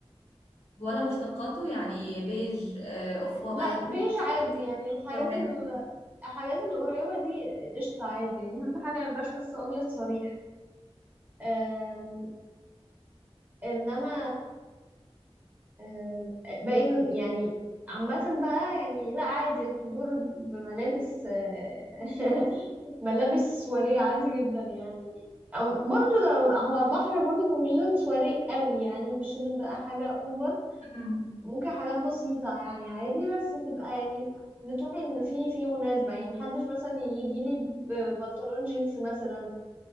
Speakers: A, on the left (about 80°); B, on the right (about 15°).
A: ولا مشتقاته يعني بيج آه، اوف وايت
B: لأ بيج عادي
A: آه،
B: يعني الحاجات
A: اصفر فاتح.
B: ال الحاجات القريبة دي قشطة عادي يعني أهم حاجة ميبقاش بس أبيض صريح آم، انما آم، باقي يعني عامة بقى يعني لا عادي الحضور بملابس آه، <laughs> ملابس سواريه عادي جدا يعني أم- برضو لو- هو البحر برضو كان مش لازم سواري قوي يعني مش لازم بقى حاجة اوفر
A: أمم.
B: ممكن حاجات بسيطة يعني عادي بس تبقى يعني بتروحي ان في في مناسبة يعني محدش مثلا يجي لي ببنطلون جينز مثلا